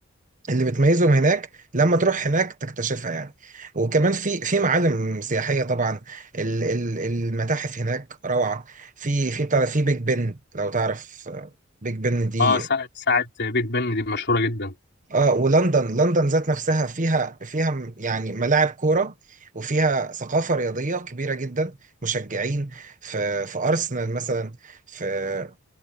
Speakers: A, on the right; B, on the left.
A: اللي بتميزهم هناك لما تروح هناك تكتشفها يعني وكمان في في معالم سياحيه طبعا ال- ال- المتاحف هناك روعه في في بتاع ده، في بيج بن لو تعرف آه، بيج بن دي
B: آه ساعة ساعة بيج بن دي مشهورة جدا
A: اه ولندن لندن ذات نفسها فيها فيها م- يعني ملاعب كوره وفيها ثقافة رياضية كبيرة جدا مشجعين في في أرسنال مثلا في